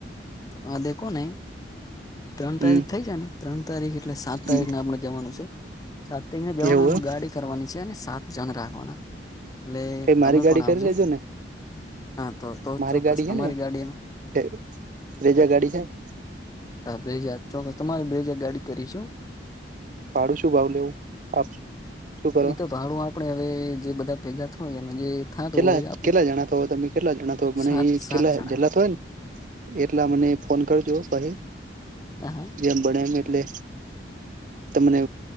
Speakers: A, on the left (about 20°); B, on the right (about 45°).
A: આ દેખોને ત્રણ તારીખ
B: હમ
A: થઈ જાય ને ત્રણ તારીખ એટલે સાત તારીખને
B: હમ
A: આપણે જવાનું છે. સાત તઈને જેવાનું
B: એવું
A: એમાં
B: એમ
A: ગાડી કરવાની છે અને સાત જણ રાખવાના છે. એટલે
B: કઈ
A: તમે
B: મારી ગાડી
A: પણ આવજો.
B: કરી લેજો ને
A: હા તો તો
B: મારી
A: ચોક્કસ
B: ગાડી
A: તમારી
B: હે
A: ગાડીમાં
B: ને રેજા ગાડી છે ને
A: હા બેજ ચોક્કસ તમારી બેજ ગાડી કરીશું.
B: પાડું શું ભાવ લેવું આપ શું કરો
A: એ તો ભાડું આપણેે હવે જે બધા ભેગા થયને જે થતું
B: ચેલા
A: હોય એ આપી
B: કેટલા જણા થો તમે કેટલા જણા થ મને
A: સાત
B: એ
A: સાત
B: કેટલા
A: જણા
B: જેલા થય ને એટલા મને ફોન કરજો ભાઈ
A: હા હા
B: જેમ બને એમ એટલે તમને